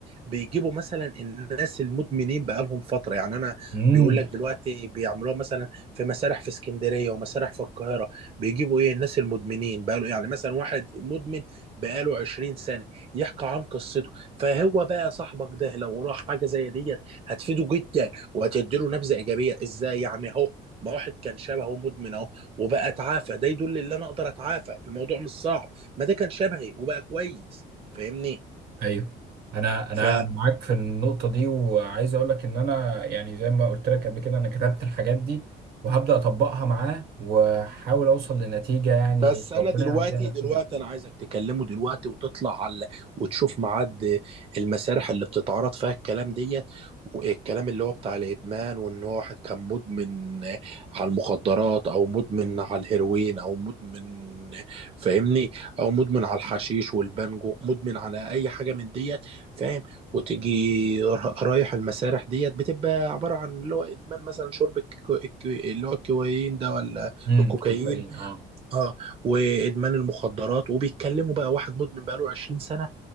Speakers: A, on the right; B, on the right.
A: بيجيبوا مثلا الناس المدمنين بقالهم فتره يعني انا
B: امم
A: بيقول لك دلوقتي بيعملوها مثلا في مسارح في اسكندريه ومسارح في القاهره بيجيبوا ايه الناس المدمنين بقاله يعني مثلا واحد مدمن بقاله 20 سنه يحكي عن قصته فهو بقى صاحبك ده لو راح حاجه زي ديت هتفيده جدا وهتديله نبذه ايجابيه ازاي يعني اهو ما واحد كان شبهه مدمن اهو وبقى اتعافى ده يدل ان انا اقدر اتعافى الموضوع مش صعب ما ده كان شبهي وبقى كويس فاهمني
B: ايوه انا انا
A: ف
B: أنا معاك في النقطه دي وعايز اقول لك ان انا يعني زي ما قلت لك قبل كده انا كتبت الحاجات دي وهبدا اطبقها معاه واحاول اوصل لنتيجه يعني
A: بس انا
B: ربنا
A: دلوقتي
B: يعديها على
A: دلوقتي
B: خير
A: انا عايزك تكلمه دلوقتي وتطلع على وتشوف ميعاد المسارح اللي بتتعرض فيها الكلام ديت والكلام اللي هو بتاع الادمان وان هو واحد كان مدمن على المخدرات او مدمن على الهيروين او مدمن فاهمني او مدمن على الحشيش والبانجو مدمن على اي حاجه من ديت فاهم وتيجي را- رايح المسارح ديت بتبقى عباره عن اللي هو ادمان مثلا شرب الك- الك- اللي هو الكوكايين ده ولا
B: امم
A: الكوكايين
B: كوكايين اه
A: اه وادمان المخدرات وبيتكلموا بقى واحد مدمن بقاله 20 سنه